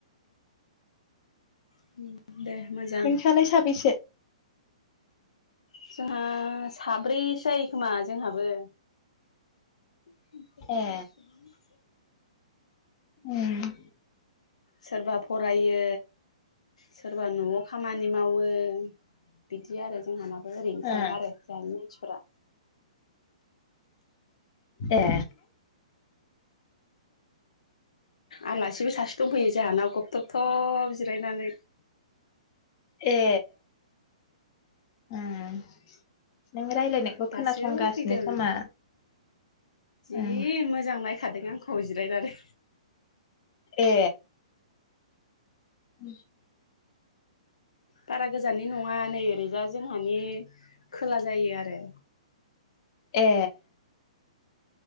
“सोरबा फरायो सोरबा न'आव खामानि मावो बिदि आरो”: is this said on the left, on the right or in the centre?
Left